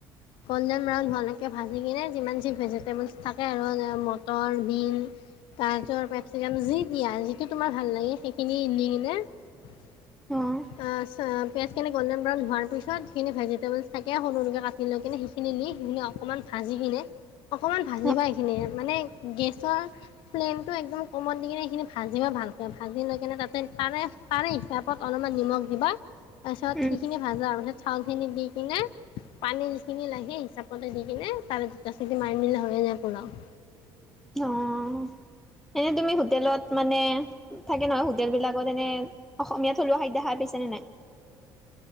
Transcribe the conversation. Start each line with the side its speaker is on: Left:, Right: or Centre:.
Left: গলডেন ব্ৰাউন হোৱালেকে ভাজি কিনে যিমান যি ভেজিটেবলছ থাকে আৰু মটৰ বিন গাজৰ, কেপচিকাম যি দিয়া যিটো তোমাৰ ভাল লাগে সেইখিনি দি কিনে এ
Centre: অ',
Left: চে। পিয়াজখিন গলডেন ব্ৰাউন হোৱাৰ পিছত যিখিনি ভজিটেবলছ থাকে সৰু সৰুকৈ কাটি লৈ কিনে সেইখিনি সখিনি অকণমান ভাজি কিনে অকণমান ভাজিবা
Centre: অ',
Left: এইখিনি মানে গেছৰ ফ্লেমটো একদম অকণমান দি কিনে, সেইখিনি ভাজিবা ভালকে, ভাজি লৈ কিনে তাতে, তাৰে, তাৰে হিচাপত অলপমান নিমখ দিবা। তাৰপিছত,
Centre: উম,
Left: সিখিনি ভাজা পিছত চাউলখিনি দি, কিনে পানী যিখিনি লাগে, হিচাপতে দি কিনে, তাৰে দুতা চিতি মাৰি দিলে হয়ে যায় পুলাও।
Centre: অঁ, এনেই তুমি হোটেলত মানে থাকে নহয়, হোটেল বিলাকত এনে অসমীয়া থলুৱা খাদ্য খাই পাইছেনে, নাই?